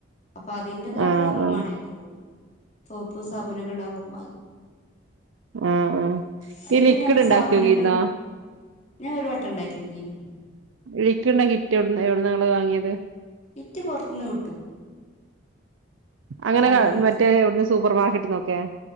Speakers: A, on the left (about 35°); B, on the right (about 85°).
A: അപ്പൊ അതിന്റേതായിട്ടുള്ള
B: ആഹ് ആഹ്
A: മണം ഉണ്ടാവുള്ളൂ സോപ്പ് സാബൂനൊക്കെ ഉണ്ടാക്കുമ്പ
B: ആ ആ
A: അല്ലെങ്കി
B: ഈ ലിക്വിഡ്
A: പിന്നെ നമ്മള്
B: ഉണ്ടാക്കി
A: സാബൂനൊക്കെ
B: നോക്കിയിരുന്നോ
A: ഞാൻ ഒരു വട്ടം ഉണ്ടാക്കി നോക്കീന്
B: ലിക്വിഡിന്റെ കിറ്റ് എവിടുന്നാ എവിടുന്നാ ഇങ്ങള് വാങ്ങിയത്
A: കിറ്റ് പൊറത്തൂന്ന് കിട്ടും
B: അങ്ങനെ
A: വാങ്ങാൻ
B: ക മറ്റേ ഇവിടുന്ന് സൂപ്പർ മാർ കിട്ടുന്നൊക്കെ